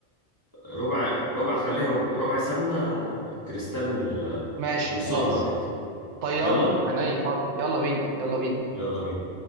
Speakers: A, on the right; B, on the right.
A: ربع ربع خليها ربع ربع سمنة كريستال من ال...
B: ماشي
A: من السوبر
B: خلاص
A: ماركت
B: طياره
A: يلا
B: عينيا حاضر يلا بينا يلا بينا
A: يلا بينا